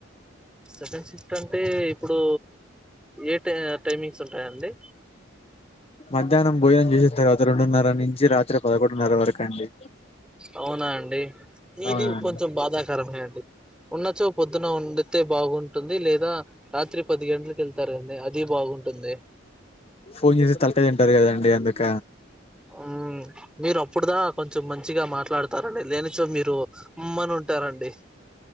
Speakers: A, in the centre; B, on the left.
A: సెకండ్ షిఫ్ట్ అంటే ఇప్పుడు ఏ టై టైమింగ్స్ ఉంటాయండి.
B: మధ్యాహ్నం భోజనం చేసిన తర్వాత రెండున్నర నుంచి రాత్రి పదకొండున్నర వరకు అండి.
A: అవునా అండి
B: అవునండి
A: ఇది కొంచెం బాధాకరమే అండి ఉన్నచో పొద్దున ఉండ్. తె బాగుంటుంది లేదా రాత్రి పది గంటలకి వెళ్తారండి అది బాగుంటుంది.
B: ఫోన్ చేసి తలకయి తింటారు కదండి అందుక.
A: అమ్. మీరు అప్పుడుదా కొంచెం మంచిగా మాట్లాడతారండి లేనిచో మీరు ఉమ్మ్మని ఉంటారండి.